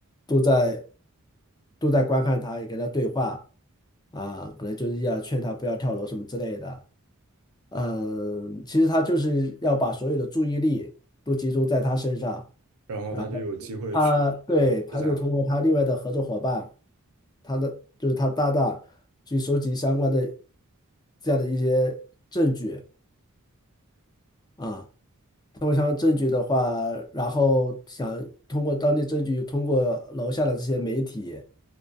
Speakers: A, on the left; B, on the right.
A: 都在都在观看他，也跟他对话啊，可能就是要劝他不要跳楼什么之类的。嗯，其实他就是要把所有的注意力都集中在他身上。
B: 然后他就有机会去呃施展了
A: 然他对，他就通过他另外的合作伙伴，他的就是他的搭档，去收集相关的这样的一些证据啊。通过相关证据的话，然后想通过当地证据，通过楼下的这些媒体